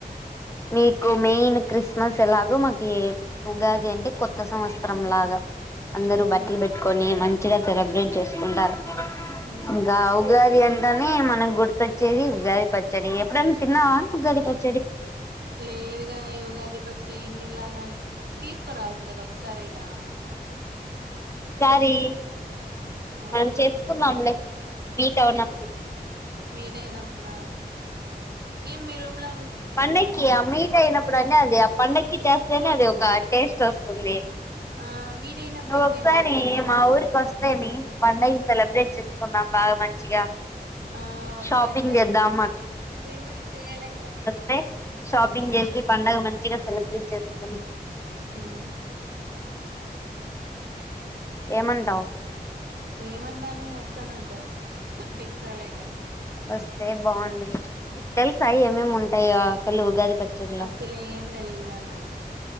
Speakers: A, on the left (about 15°); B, on the right (about 85°).
A: మీకు మెయిన్ క్రిస్మస్ ఎలాగో, మాకి ఉగాది అంటే కొత్త సంవత్సరం లాగా. అందరు
B: అవును
A: బట్టలు బేట్టుకని మంచ్. చిగా సెలబ్రేట్ చేసుకుంటారు.
B: ఉమ్
A: ఇంకా ఉగాది అంటని మనక్ గుర్త్. పచ్చడి ఉగాది పచ్చడి, ఎప్పుడైనా తిన్నవా ఉగాది పచ్.
B: లేదుగా ఈ ఉగాది పచ్చడి ఏం తినాలా గాని, తీసుకురావచ్చు కదా ఒకసారైనా.
A: సారీ
B: ఆ
A: మనం చేసుకుందాంలే. మీట్ అవనప్పుడు.
B: మీటైనాప్పుడా, ఏ మీరుమ్లా.
A: పండక్కి ఆ మీట్ అయినప్పుడనే అది, ఆ పండక్కి చేస్తేనే అది ఒక. టేస్ట్ ఓస్తుంది.
B: ఆ మీట్ అయినప్పుడు
A: నువ్వు
B: ఇంకేం
A: ఒకసారి
B: టేస్ట్ వస్తుంది
A: మా ఊరికి వస్తే, మీ పండగానీ సెలబ్రేట్ చేస్. కొన్నాం బాగా మంచిగా.
B: ఆ వస్తాన్
A: షాపింగ్
B: గాయి,
A: చేద్దాం
B: నువ్ ఇన్వైట్ చేయాలే గానీ.
A: పే షాపింగ్ చేసి. పడుగ మంచిగా సెలబ్రేట్ చేస్తను
B: ఉమ్
A: ఏమంటావు
B: ఏమడాను వస్తాన అంటాను పిలిచాలే గాని
A: వస్తే బాగుంంది తెలుసా ఏమేమి ఉంటాయ పల్ ఉగాది పచ్చడిలో
B: అసలు ఏం తెలియదు కాని నాకు